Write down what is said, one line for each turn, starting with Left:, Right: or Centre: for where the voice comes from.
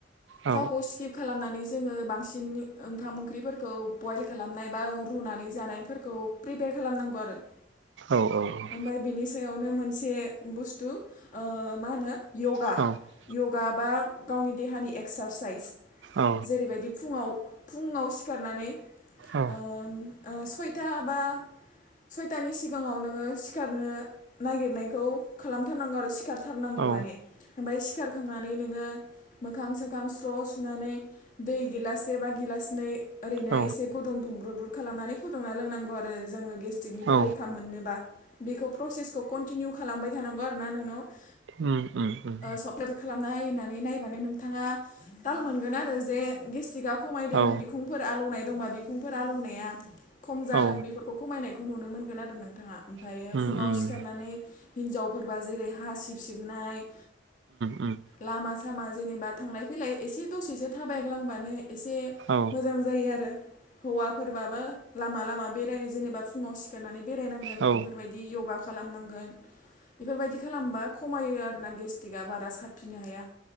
Right: औ
Left: थावखौ स्किप खालामनानै जोङो बांसिन नि ओंखाम ओंख्रिफोरखौ बइल खालामनाय बा रुनानै जानायफोरखौ प्रिपेयार खालामनांगौ आरो
Right: औ औ
Left: ओमफाय बिनि सायावनो मोनसे बुस्थु ओ मा होनो य'गा
Right: औ औ
Left: य'गा बा गावनि देहानि एक्सारसाइस
Right: औ
Left: जेरैबायदि फुङाव फुङाव सिखारनानै
Right: औ
Left: ओम ओ सयथा बा सयथानि सिगांङाव नोंङो सिखारनो नागिरनायखौ खालामथारनांगौ आरो सिखारथारनांगौ
Right: औ
Left: माने ओमफफ्राय सिखारखांनानै नोंडो मोखां सोखां स्र' सुनानै दै गिलासे बा गिलासनै ओरैनो
Right: औ
Left: एसे गुदुं दुंब्रुद ब्रुद खालामनानै फुदुंना लोंनांगौ आरो। आरो जोंङो गेस्ट्रिकनिफ्राय
Right: औ
Left: रैखा मोननोबा- बेखौ प्रसेसखौ कन्टिनिउ खालामबाय थानांगौ आरो ना नोंनाव
Right: उम उम। उम
Left: सप्कारि खालामनायनानै नायबानो नोंथांङा ताल मोनगोन आरो जे गेस्टि्रिकआ खमायदों
Right: औ
Left: बिखुंफोर आलौनाय दंबा बिखुंफोर आलौनाया खम जादों
Right: औ
Left: बेफोरखौ खमायनायखौ नुनो मोनगोन आरो नोंथांङा ओमफ्रायो
Right: उम
Left: फुंङाव
Right: उम
Left: सिखारनानै
Right: उम
Left: हिनजावफोरबा जेरै हा सिब सिबनाय-
Right: उम
Left: लामा सामा जेनेबा थांलाय फैलाय एसे दसेसो थाबायग्लांबानो एसे
Right: औ
Left: मोजां जायो आरो। हौवाफोरबाबो लामा लामा बेरायनो जेनेबा फुंङाव सिखारनानै बेरायनांगोन।
Right: औ
Left: बेफोरबायदि य'गा खालामनांगोन बेफोरबायदि खालामबा खमायो आरो ना। गेस्टिकआ बारा साबफिनो हाया।